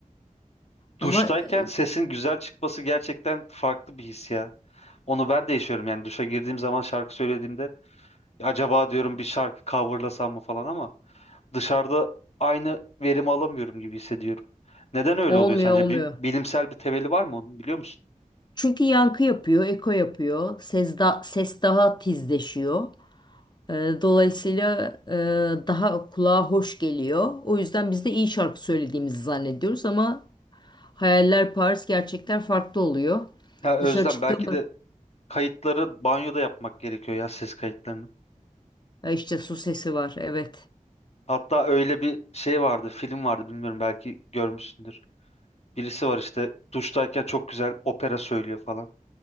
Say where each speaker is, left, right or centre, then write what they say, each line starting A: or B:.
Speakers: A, on the left; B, on the left.
A: duştayken
B: Ama e,
A: sesin güzel çıkması gerçekten farklı bir his ya. Onu ben de yaşıyorum yani duşa girdiğim zaman şarkı söylediğimde acaba diyorum bir şarkı coverlasam mı falan ama dışarıda aynı verimi alamıyorum gibi hissediyorum. Neden öyle
B: olmuyor
A: oluyor sence?
B: olmuyor.
A: Bir bilimsel bir temeli var mı onun biliyor musun?
B: Çünkü yankı yapıyor, eko yapıyor. Ses, da, ses daha tizleşiyor. Ee, dolayısıyla e, daha kulağa hoş geliyor. O yüzden biz de iyi şarkı söylediğimizi zannediyoruz ama hayaller Paris, gerçekler farklı oluyor.
A: Ya Özlem
B: Dışarı çıktım,
A: belki de kayıtları banyoda yapmak gerekiyor ya ses kayıtlarını.
B: e, işte su sesi var, evet.
A: Hatta öyle bir şey vardı, film vardı bilmiyorum belki görmüşsündür. Birisi var işte duştayken çok güzel opera söylüyor falan.